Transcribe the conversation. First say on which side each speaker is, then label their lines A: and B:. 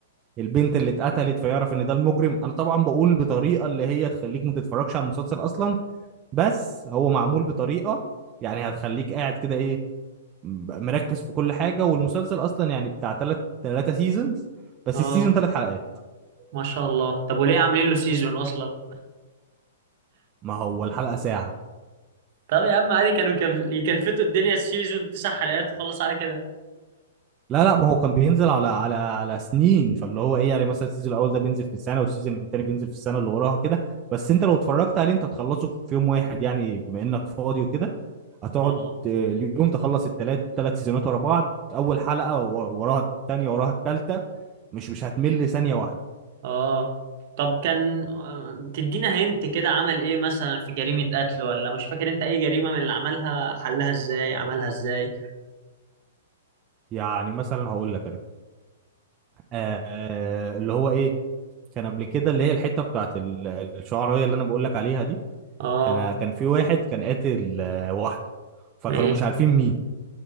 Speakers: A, on the right; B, on the right.
A: البنت اللي اتقتلت فيعرف ان ده المجرم انا طبعا بقول بطريقه اللي هي تخليك ما تتفرجش على المسلسل اصلا بس هو معمول بطريقه يعني هتخليك قاعد كده ايه م- مركز في كل حاجه والمسلسل اصلا يعني بتاع تلات تلاتة سيزونز بس
B: اه
A: السيزون ثلاث حلقات
B: ما شاء الله طب وليه عاملين له سيزون اصلا
A: ما هو الحلقة ساعة
B: طب يا عم عادي كانوا يكف- يكلفتوا الدنيا السيزون تسع حلقات وخلص على كده
A: لا لا ما هو كان بينزل على على على سنين فاللي هو ايه يعني مثلا السيزون الاول ده بينزل في السنة والسيزون التاني بينزل في السنة اللي وراها كده بس انت لو اتفرجت عليه انت هتخلصه في يوم واحد يعني بما انك فاضي وكده هتقعد
B: اه
A: آه، اليوم تخلص التلات تلات سيزونات ورا بعض اول حلقة ورا- وراها التانية وراها التالتة مش مش هتمل ثانية واحدة
B: اه طب كان آه، تدينا هنت كده عمل ايه مثلا في جريمة قتل ولا مش فاكر انت اي جريمة من اللي عملها حلها ازاي عملها ازاي
A: يعني مثلا هقول لك انا آه آه، اللي هو ايه كان قبل كده اللي هي الحتة بتاعت ال- الشعراية اللي انا بقول لك عليها دي
B: اه
A: كان كان في واحد كان قاتل آه، واحدة فكانوا
B: ايه
A: مش عارفين مين